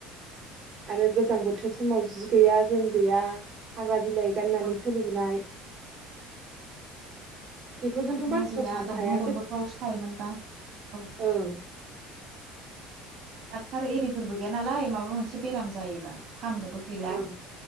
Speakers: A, on the right; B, on the right.
A: आरो गोजां बोथोर समाव जि गैया जोम गैया हाग्रा बिलाइ गाननानै
B: औ
A: सोलिबोनाय बेफोरजोंथ'
B: आरो
A: मानसिफ्रा
B: न' गैया
A: थानो
B: दंफां
A: हाया
B: दनदरफ्रावसो थायोमोनबा औ
A: ओं
B: डाक्टार एरिफोरबो गैया नालाय माबा मोनसे बेराम जायोबा फाहामनोबो गैला
A: ओं